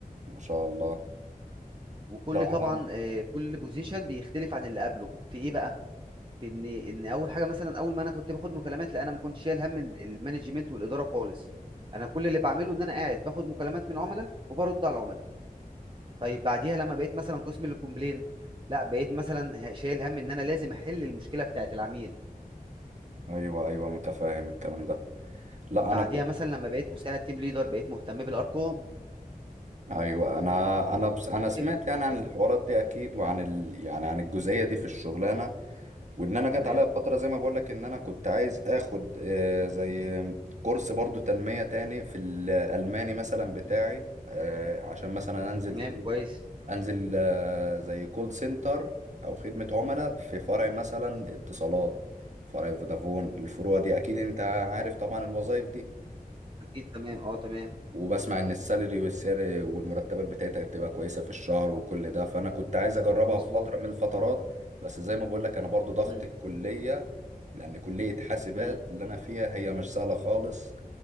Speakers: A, on the right; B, on the right.
A: ما شاء الله
B: وكل
A: لا
B: طبعا
A: انا
B: آه، كل بوزيشن بيختلف عن اللي قبله في ايه بقى في ان ان اول حاجه مثلا اول ما انا كنت باخد مكالمات لا انا ما كنتش شايل هم المانجمنت والاداره خالص انا كل اللي بعمله ان انا قاعد باخد مكالمات من عملاء وبرد على العملاء طيب بعديها لما بقيت مثلا قسم الكومبلين لا بقيت مثلا ه- شايل هم ان انا لازم احل المشكله بتاعت العميل
A: ايوه ايوه متفاهم الكلام ده لا
B: بعديها
A: انا كنت
B: مثلا لما بقيت مساعد تيم ليدر بقيت مهتم بالارقام
A: ايوه انا انا بس انا
B: بتفرق
A: سمعت يعني عن
B: كده
A: الحوارات دي اكيد وعن ال... يعني عن الجزئيه دي في الشغلانه وان انا جت
B: تمام
A: عليا فتره زي ما بقول لك ان انا كنت عايز اخد آه، زي كورس برضو تنميه تاني في الالماني مثلا بتاعي آه، عشان مثلا انزل
B: تمام
A: كل
B: كويس
A: انزل آه، زي كول سنتر او خدمة عملاء في فرع مثلا اتصالات فرع فودافون الفروع دي اكيد انت عارف طبعا الوظائف دي
B: اكيد تمام اه تمام
A: وبسمع ان السالري والسعر والمرتبات بتاعتها بتبقى كويسة في الشهر وكل ده فانا كنت عايز اجربها
B: مظبوط
A: في فترة من الفترات بس زي ما بقول لك انا برضو ضغط
B: مم.
A: الكلية لان كلية حاسبات
B: مم.
A: اللي انا فيها هي مش سهلة خالص